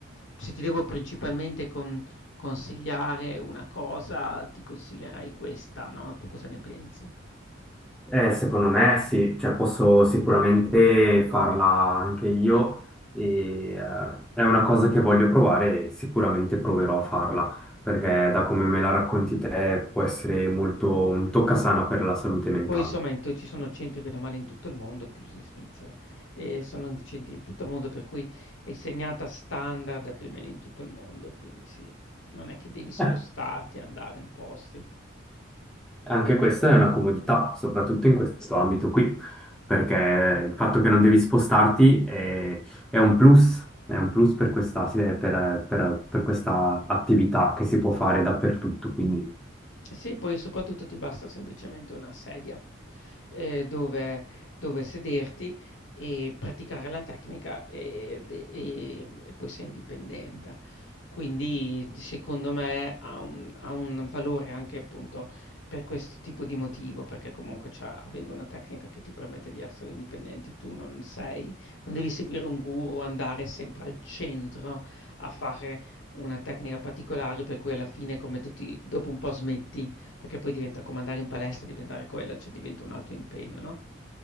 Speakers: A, on the left; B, in the centre.
A: se ti devo principalmente con consigliare una cosa, ti consiglierei questa, no, tu cosa ne pensi?
B: Eh, secondo me sì, cioè posso sicuramente farla anche io e eh, è una cosa che voglio provare e sicuramente proverò a farla perché da come me la racconti te può essere molto un toccasana per la salute mentale.
A: Poi insomma in te ci sono centri bene o male in tutto il mondo, inclusi in Svizzera, e sono in centri in tutto il mondo per cui è segnata standard più o meno in tutto il mondo, quindi sì, non è che devi spostarti
B: <laughs>
A: e andare in posti.
B: Anche questa è una comodità, soprattutto in questo ambito qui, perché il fatto che non devi spostarti è, è un plus, è un plus per questa, sì, per, per- per questa attività che si può fare dappertutto, quindi.
A: Sì, poi soprattutto ti basta semplicemente una sedia eh, dove, dove sederti e praticare la tecnica e, e- e poi sei indipendente. Quindi secondo me ha un, ha un valore anche appunto per questo tipo di motivo, perché comunque c'ha- avendo una tecnica che ti permette di essere indipendente, tu non sei, non devi seguire un guru, andare sempre al centro a fare una tecnica particolare per cui alla fine come tutti dopo un po' smetti, perché poi diventa come andare in palestra, diventare quello, cioè diventa un altro impegno, no?